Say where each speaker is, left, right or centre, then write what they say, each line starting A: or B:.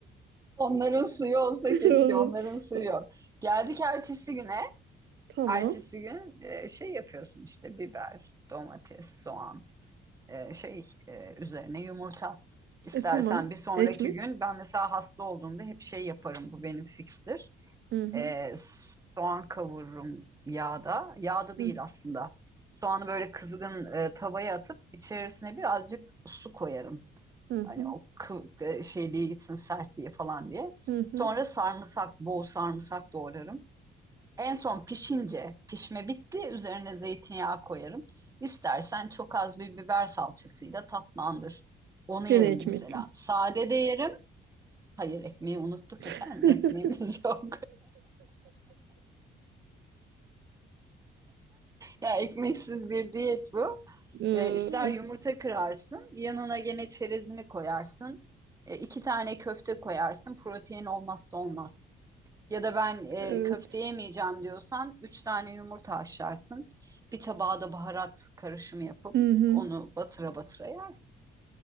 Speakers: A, on the right; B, on the right.
A: Onların suyu olsa
B: <laughs>
A: keşke,
B: Onun-
A: onların suyu
B: o-
A: yok. Geldik ertesi güne.
B: Tamam.
A: Ertesi gün e, şey yapıyorsun işte biber, domates, soğan, e, şey e, üzerine yumurta. İstersen
B: E tamam.
A: bir sonraki
B: Ekmek.
A: gün ben mesela hasta olduğumda hep şey yaparım bu benim fikstir.
B: Hı hı.
A: E, soğan kavururum yağda. Yağda
B: Hı
A: değil
B: hı.
A: aslında. Soğanı böyle kızgın e, tavaya atıp içerisine birazcık su koyarım.
B: Hı hı.
A: Hani o kı- e, şeyliğe gitsin sertliği falan diye.
B: Hı hı.
A: Sonra sarımsak, bol sarımsak doğrarım. En son pişince, pişme bitti, üzerine zeytinyağı koyarım. İstersen çok az bir biber salçasıyla tatlandır. Onu
B: Gene
A: yerim
B: ekmek.
A: mesela. Sade de yerim. Hayır ekmeği unuttuk
B: <laughs>
A: efendim. Ekmeğimiz <laughs> yok. Ya ekmeksiz bir diyet bu.
B: Ee,
A: E, ister yumurta kırarsın, yanına gene çerezini koyarsın. E, iki tane köfte koyarsın. Protein olmazsa olmaz. Ya da ben e,
B: evet.
A: köfte yemeyeceğim diyorsan üç tane yumurta haşlarsın. Bir tabağa da baharat karışımı yapıp
B: Hı hı.
A: onu batıra batıra yersin.